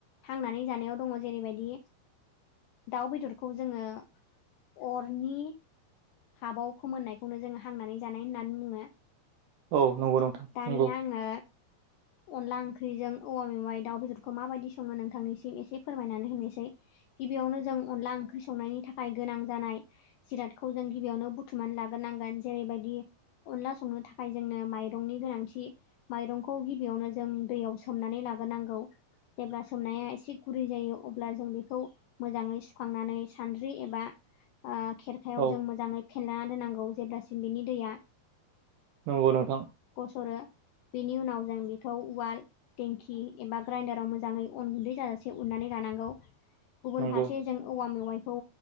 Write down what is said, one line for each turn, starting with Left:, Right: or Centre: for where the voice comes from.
Left: हांनानै जानायाव दंङो जेरैबायदि दाउ बेदरखौ जोंङो अरनि थाबाव फोमोननायखौनो जोंङो हांनानै जानाय होननानै बुंङो।
Right: औ नंगौ नोंथां
Left: दानिया
Right: नंगौ
Left: आंङो अनला ओंख्रिजों औवा मेवाइ दाउ बेदरखौ माबायदि संङो नोंथांनिसिम एसे फोरमायनानै होनिसै गिबियावनो जों अनला ओंख्रि संनायनि थाखाय गोनां जानाय जिरादखौ जों गिबियावनो बुथुमनानै लाग्रोनांगोन जेरैबायदि अनला संनो थाखाय जोंनो माइरंनि गोनांथि माइरंखौ गिबियावनो जों दैयाव सोमनानै लाग्रोनांगौ जेब्ला सोमनाया एसे गुरै जायो अब्ला जों बेखौ मोजांङै सुखांनानै सानद्रि एबा आ खेरखायाव
Right: औ
Left: जों मोजांङै फेना दोननांगौ जेब्लासिम बेनि दैया
Right: नंगौ नोंथां
Left: गसरो बेनि उनाव जों बेखौ उवाल टेंखि एबा ग्राइडाराव मोजाङै अन गुन्दै जाजासे उननानै लानांगौ गुबुन
Right: नंगौ
Left: फारसे जों औवा मेवाइखौ